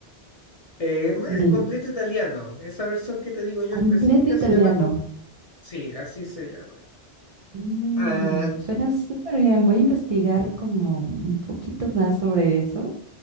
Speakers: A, on the left; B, on the right.
A: Eh, me-
B: El
A: completo italiano, esa versión que te digo yo
B: completo
A: específica
B: italiano.
A: se llama, com- sí, así se llama.
B: Mm,
A: Ah,
B: suena súper bien. Voy a investigar como un poquito más sobre eso,